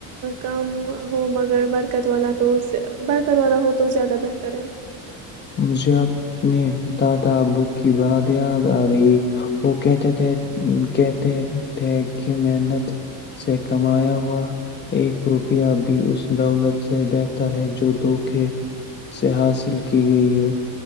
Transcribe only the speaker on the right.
کم ہو مگر برکت والا تو برکت والا ہو تو زیادہ بہتر ہے